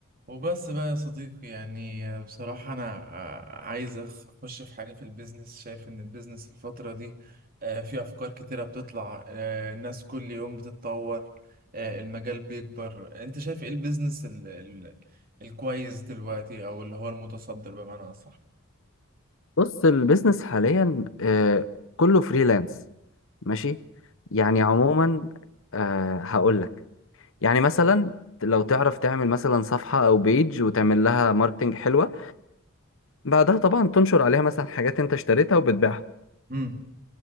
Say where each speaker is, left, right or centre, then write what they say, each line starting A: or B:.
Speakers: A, on the right (about 45°); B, on the left (about 65°).
A: وبس بقى يا صديقي يعني بصراحة أنا آه، عايز أخش في حاجة في البيزنس شايف إن البيزنس الفترة دي آه، في أفكار كتيرة بتطلع آه، الناس كل يوم بتتطور آه، المجال بيكبر أنت شايف إيه البيزنس ال- ال- الكويس دلوقتي أو اللي هو المتصدر بمعنى أصح؟
B: بص البيزنس حاليا آه، كله فريلانس ماشي يعني عموما هقول لك يعني مثلا لو تعرف تعمل مثلا صفحة او بيج وتعمل لها ماركتنج حلوة بعدها طبعا تنشر عليها مثلا حاجات انت اشتريتها وبتبيعها
A: امم